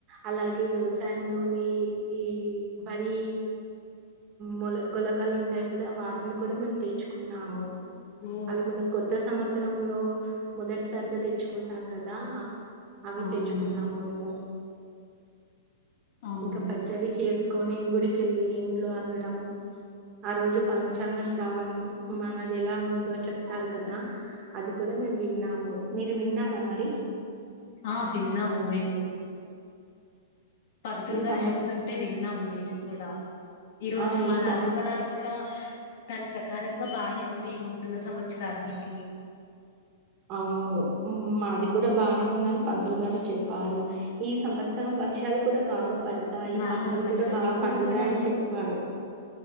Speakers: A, on the right; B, on the left.
A: అలాగే వ్యవసాయంలోని ఈ వరి మొల గొలకాలు ఉంటాయి కదా వాటిని కూడా మేము తెచ్చుకున్నాము
B: ఉమ్
A: అవి మన కొత్త సమస్య లో మొదటిసారిగా తెచ్చుకుంటాం కదా అవి
B: అవునా
A: తెచ్చుకున్నాము మేము
B: అవును
A: ఇంకా పచ్చడి చేసుకొని గుడికెళ్ళి ఇంట్లో అందరం ఆ రోజు పంచాంగ శ్రావణం మనది ఎలా ఉందో చెప్తారు కదా అది కూడా మేము విన్నాము మీరు విన్నారా మరి
B: ఆ విన్నా మమన్ పంతులు
A: ఈ
B: గారు
A: సంవత్
B: చెప్తుంటే విన్నాం కూడాడా ఈ రోజు
A: ఆ
B: మా
A: సంవ
B: రాశి ఫలాలు కూడా దాని ప్రకారంగా బానే ఉంది నూతన సంవత్సరానికి
A: అవును మాది కూడా బానే ఉందని పంతులు గారు చెప్పారు ఈ సంవత్సరం వర్షాలకు కూడా బాగా పడతాయి
B: బావున్నాయి
A: పంటలు కూడా బాగా
B: ఇప్పుడు
A: పండుతాయని
B: కూడా
A: చెప్పారు